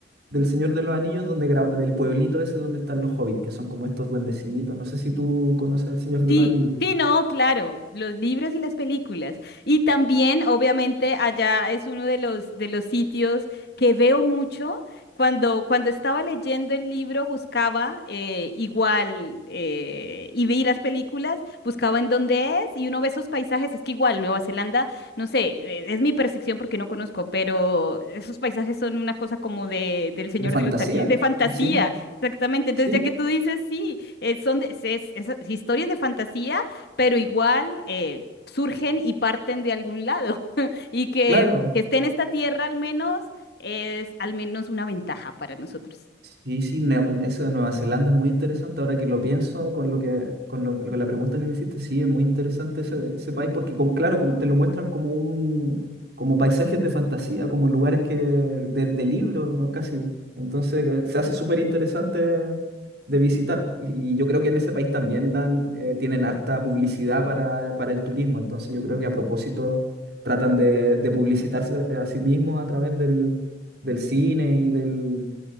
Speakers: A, on the right (about 55°); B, on the left (about 55°).
A: del Señor de los Anillos, donde gra- del pueblito ese donde están los hobbits, que son como estos duendecitos, no sé si tú conoces El Señor de
B: Sí,
A: los Anillos,
B: sí, no, claro, los libros y las películas. Y también, obviamente, allá es uno de los, de los sitios que veo mucho. Cuando, cuando estaba leyendo el libro, buscaba eh, igual eh, y vi las películas, buscaba en dónde es y uno ve esos paisajes. Es que igual Nueva Zelanda, no sé, eh, es mi percepción porque no conozco, pero esos paisajes son una cosa como de, del Señor
A: de fantasía,
B: de los Anillos, de fantasía.
A: sí,
B: Exactamente, entonces
A: sí,
B: ya que tú dices, sí, eh, son de- es, es- es historias de fantasía, pero igual eh, surgen y parten de algún lado. <laughs> Y que,
A: claro.
B: que esté en esta tierra al menos es al menos una ventaja para nosotros.
A: Sí, sí, Nue- eso de Nueva Zelanda es muy interesante. Ahora que lo pienso con lo que, con lo- con la pregunta que me hiciste, sí, es muy interesante ese, ese país, porque como, claro, como te lo muestran como un, como paisajes de fantasía, como lugares que, de, de libro, ¿no? Casi. Entonces, eh, se hace súper interesante de visitar. Y, y yo creo que en ese país también dan, eh, tienen harta publicidad para, para el turismo. Entonces, yo creo que a propósito tratan de, de publicitarse eh, a sí mismos a través del, del cine y del